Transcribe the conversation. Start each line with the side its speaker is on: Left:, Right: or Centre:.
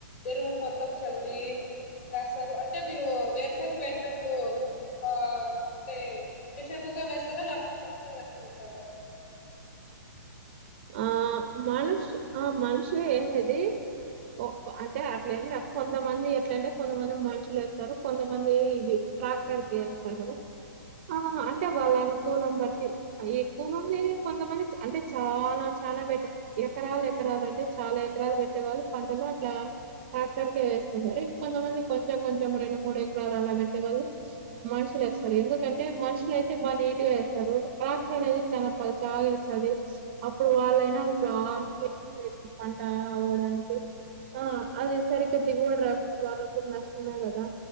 Left: ఎరువు మొత్తం చల్లి వేస్తారు అంటే మీరు వేరుశేనగ వేసినప్పుడు ఆ పె మిషిండ్లతో వేస్తారా లేకపోతే మనుషులే వేస్తూ క్కద
Right: ఆ మనుషి ఆ మనిషే ఏసేది ఓ అంటే అట్లా ఏమి లే కొంతమంది ఎట్లంటే కొంతమంది మనుషులు వేస్తారు కొంతమంది ఇవి ట్రాక్టర్ కి ఏస్తారు కదా ఆ అంటే వాళ్ళ అనుకులం బట్టి ఎక్కువ మంది కొంతమంది అంటే చాలా చాల పెట్ట ఎకరాలు ఎకరాలు అంటే చాలా ఎకరాలు పెట్టే వాళ్ళు పంటలు అట్లా ట్రాక్టర్కే ఏస్తుంటారు ఇంకొంతమంది కొంచెం కొంచెం రెండు మూడు ఎకరాలు అలా పెట్టే వాళ్ళు మనుషులు ఏస్తారు ఎందుకంటే మనుషులుయితే బాగా నీట్ గా ఏస్తారు ట్రాక్టర్ అనేది చాలా పలుచగా ఏస్తంది అప్పుడు వాళ్ళ ఇప్పుడు ఆర్ పంట అవ్వడానికి ఆ అది సరిగ్గా దిగుబడి రాకుండా వాళ్ళకు నష్టమే కదా